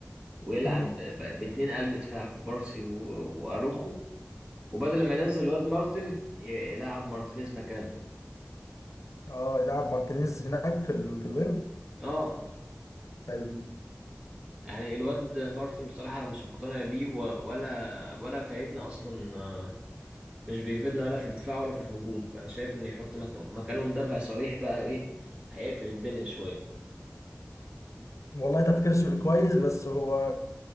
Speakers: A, on the right; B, on the left.
A: ويلعب
B: مم.
A: ب- ب- باتنين قلب دفاع كوبارسي و- وأروخو وبدل ما ينزل واد مارتن ي- يلعب مارتينيز مكانه
B: اه يلعب مارتينيز هناك في ال... في الوينج
A: اه
B: حلو
A: يعني الواد مارتن بصراحة أنا مش مقتنع بيه و- ولا ولا فايدنا أصلا آه، مش بيفيدنا ولا في الدفاع ولا في الهجوم فانا شايف ان يحط مك- مكانه مدافع صريح بقى ايه هيقفل الدنيا شويه
B: والله تفكير س- كويس بس هو